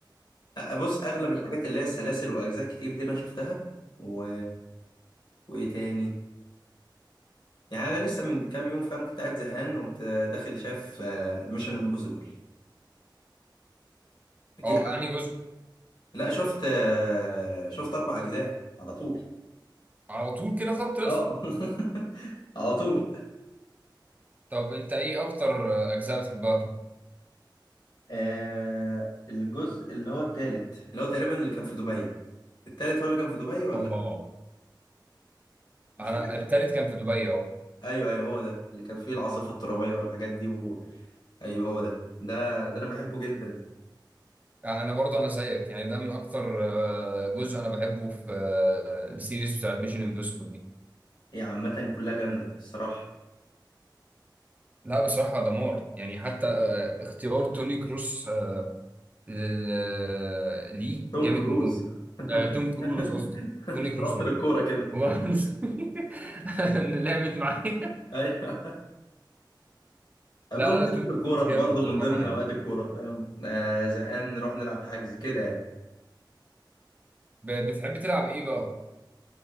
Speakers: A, on the left; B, on the right.
A: آه، بص اغلب الحاجات اللي هي السلاسل واجزاء كتير دي انا شفتها و... وايه تاني يعني انا لسه من كام يوم فاهم كنت قاعد زهقان قمت داخل شاف ميشن امبوسيبل اكيد
B: اه
A: عارف.
B: انهي جزء؟
A: لا شفت آه، شفت اربع اجزاء على طول
B: على طول كده خط رسم؟
A: اه <laughs> على طول
B: طب انت ايه اكتر اجزاء بتحبها؟
A: آه، الجزء اللي هو التالت اللي هو تقريبا اللي كان في دبي التالت هو اللي كان في دبي ولا
B: اه
A: مش
B: انا
A: فاكر
B: التالت كان في دبي اه
A: ايوه ايوه هو ده اللي كان فيه العاصفه الترابيه والحاجات دي ايوه هو ده ده ده انا بحبه جدا
B: انا برضه انا زيك يعني ده من اكتر آه، جزء انا بحبه في آه، السيريز بتاعت ميشن امبوسيبل دي
A: هي عامه كلها جامده الصراحه
B: لا بصراحه دمار يعني حتى آه، اختيار توني كروس آه، لل- آه، ليه
A: توم
B: جامد
A: كروز
B: موت آه، توم كروز
A: <laughs>
B: قصدي
A: أنت
B: توني كروز
A: رحت
B: مين
A: للكوره كده
B: والله <laughs> اللي لعبت معايا
A: ايوه بمناسبه
B: لا لا لا، توم
A: الكوره
B: كروز جامد
A: برضه من
B: بصراحه
A: ضمن هوايات
B: يعني
A: الكوره فاهم آه زهقان نروح نلعب حجز كده يعني
B: ب- بتحب تلعب ايه بقى